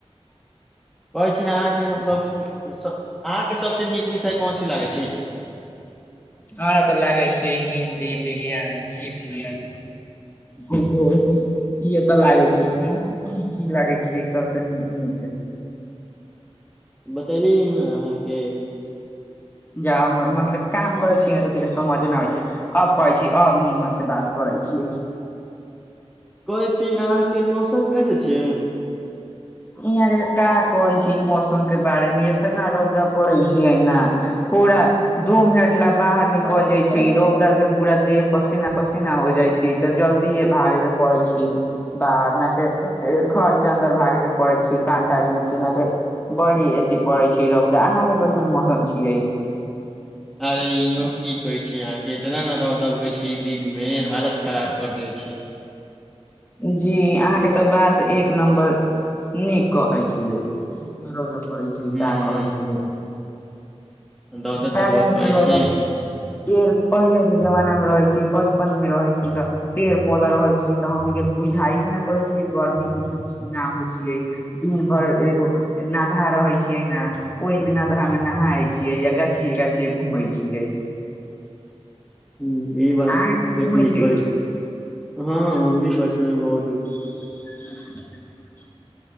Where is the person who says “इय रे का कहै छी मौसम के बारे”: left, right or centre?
Left